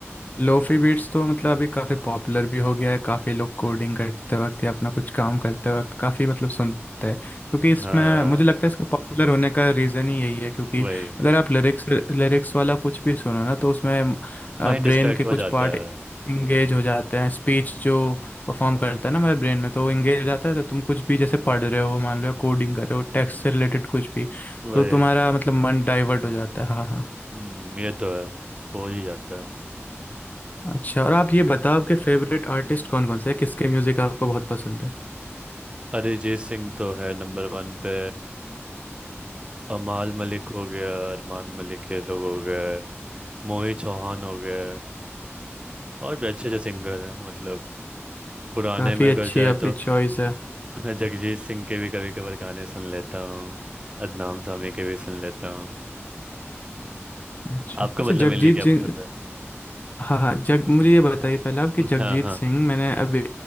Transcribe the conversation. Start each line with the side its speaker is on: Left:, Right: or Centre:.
Left: लोफी बीट्स तो मतलब अभी काफ़ी पॉपुलर भी हो गया है काफ़ी लोग कोडिंग करते वक्त या अपना कुछ काम करते वक्त काफ़ी मतलब सुनते हैं क्योंकि इसमें
Right: हाँ
Left: मुझे लगता है इसका पॉपुलर होने का रीज़न ही यही है क्योंकि
Right: वही
Left: अगर आप लिरिक्स लिरिक्स वाला कुछ भी सुनो ना तो उसमें
Right: माइंड
Left: ब्रेन
Right: डिस्ट्रैक्ट
Left: के
Right: हो
Left: कुछ
Right: जाता
Left: पार्ट
Right: है हम्म
Left: इंगेज हो जाते हैं स्पीच जो परफॉर्म करता है ना हमारे ब्रेन में तो वो इंगेज हो जाता है तो तुम कुछ भी जैसे पढ़ रहे हो मान लो या कोडिंग कर रहे हो टेक्स्ट से रिलेटेड कुछ भी
Right: वही
Left: तो तुम्हारा मतलब मन डाइवर्ट हो जाता है हाँ हाँ
Right: हम्म ये तो है हो ही जाता है
Left: अच्छा और आप ये बताओ आपके फेवरेट आर्टिस्ट कौन कौन से हैं किसके म्यूजिक आपको बहुत पसंद है
Right: अरिजीत सिंह तो है नंबर वन पे अमाल मलिक हो गया अरमान मलिक के लोग हो गए मोहित चौहान हो गए और भी अच्छे अच्छे सिंगर हैं मतलब पुराने
Left: काफी
Right: में अगर
Left: अच्छी
Right: जाए
Left: आपकी
Right: तो
Left: चॉइस है
Right: <laughs> जगजीत सिंह के भी कभी कभार गाने सुन लेता हूँ अदनाम सामी के भी सुन लेता हूँ
Left: अच्छा
Right: आपको
Left: वैसे
Right: मतलब
Left: जगजीत
Right: मेनली क्या
Left: सिंह
Right: पसंद है
Left: हाँ हाँ जग मुझे ये बताइए पहले आप कि
Right: <laughs>
Left: जगजीत
Right: हाँ हाँ
Left: सिंह मैंने अभी